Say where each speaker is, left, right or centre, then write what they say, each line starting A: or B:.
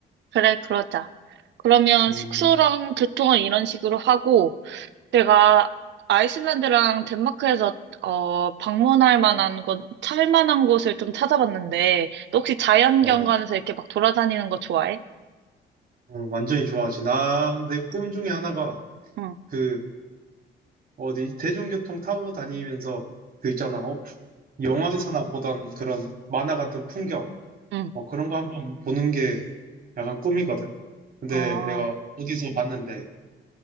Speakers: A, on the right (about 65°); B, on the right (about 45°).
A: 그래, 그러자. 그러면
B: 음,
A: 숙소랑 교통은 이런 식으로 하고, 내가 아이슬란드랑 덴마크에서 어, 방문할 만한 곳, 찰 만한 곳을 좀 찾아봤는데, 너 혹시 자연경관에서
B: 어, 어,
A: 이렇게 막 돌아다니는 거 좋아해?
B: 완전히 좋아하지. 나, 내 꿈 중에 하나가
A: 응,
B: 그, 어디, 대중교통 타고 다니면서 그 있잖아. 어? 영화에서나 보던 그런 만화 같은 풍경.
A: 응,
B: 어, 그런 거 한번 보는 게 약간 꿈이거든. 근데
A: 아,
B: 내가 어디서 봤는데,